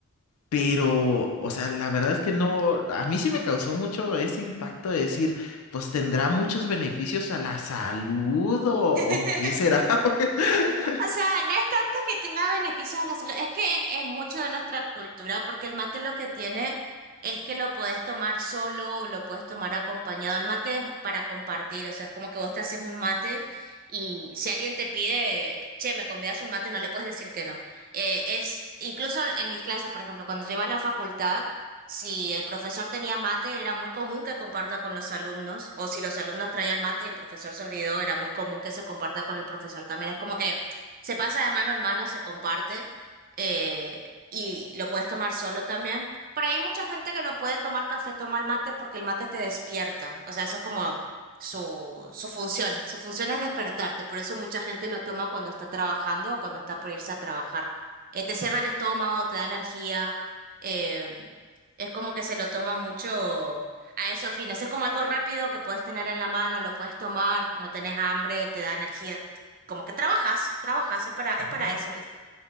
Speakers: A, on the left; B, on the right.
A: pero, o sea, la verdad es que no, a mí sí me causó mucho ese impacto de decir, pues tendrá muchos beneficios a la salud o, o
B: <laughs>
A: qué será. <laughs>
B: O sea, no es tanto que tenga beneficios a la salud, es que es mucho de nuestra cultura, porque el mate lo que tiene es que lo puedes tomar solo o lo puedes tomar acompañado. El mate es para compartir, o sea, es como que vos te haces un mate y si alguien te pide, che, me convidas un mate, no le puedes decir que no. Eh, es, incluso en mis clases, por ejemplo, cuando yo iba a la facultad, si el profesor tenía mate, era muy común que comparta con los alumnos, o si los alumnos traían mate y el profesor se olvidó, era muy común que se comparta con el profesor también. Es como que se pasa de mano en mano, se comparte eh, y lo puedes tomar solo también. Pero hay mucha gente que no puede tomar café, toma el mate porque el mate te despierta. O sea, eso es como su, su función. Su función es despertarte. Por eso mucha gente lo toma cuando está trabajando o cuando está por irse a trabajar. Eh, te cierra el estómago, te da energía. eh, es como que se lo toma mucho a esos fines. Es como algo rápido que puedes tener en la mano, lo puedes tomar, no tenés hambre, te da energía como que trabajas, trabajas, es para, es
A: Ujú.
B: para eso, ¿viste?